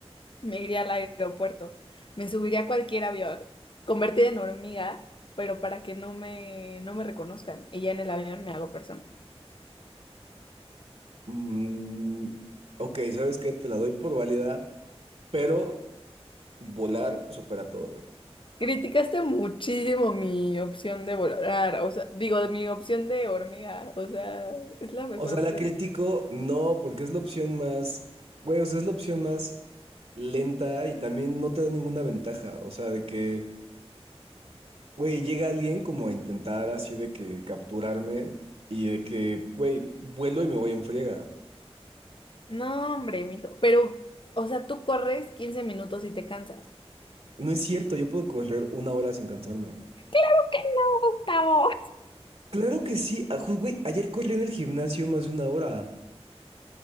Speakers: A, on the left (about 50°); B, on the right (about 70°).
A: Me iría al aeropuerto. Me subiría a cualquier avión, convertida en hormiga, pero para que no me, no me reconozcan. Y ya en el avión me hago persona.
B: Mm, ok, ¿sabes qué? Te la doy por válida, pero volar supera todo, güey.
A: Criticaste muchísimo mi opción de volar, o sea, digo, mi opción de hormiga, o sea, es la mejor
B: O sea,
A: opción.
B: la critico, no, porque es la opción más, güey, o sea, es la opción más lenta y también no te da ninguna ventaja. O sea, de que... Güey, llega alguien como a intentar así de que capturarme y de que, güey, vuelo y me voy en friega.
A: No, hombre, mijo, pero, o sea, tú corres 15 minutos y te cansas.
B: No es cierto, yo puedo correr una hora sin cansarme.
A: ¿Por qué no, Gustavo?
B: Claro que sí, a- ju- güey, ayer corrí en el gimnasio más de una hora.